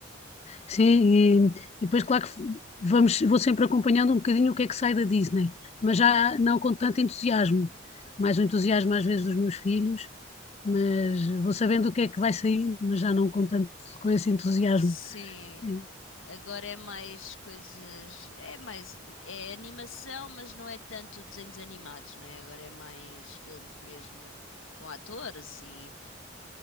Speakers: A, on the left; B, on the left.
A: Sim, e, e depois, claro que vamos, vou sempre acompanhando um bocadinho o que é que sai da Disney, mas
B: Hum.
A: já não com tanto entusiasmo. Mais o entusiasmo às vezes dos meus filhos, mas vou sabendo o que é que vai saindo, mas já não com tanto com esse entusiasmo.
B: Sim.
A: E,
B: Agora é mais coisas. É mais. É animação, mas não é tanto desenhos animados, não é? Agora é mais filmes mesmo com atores e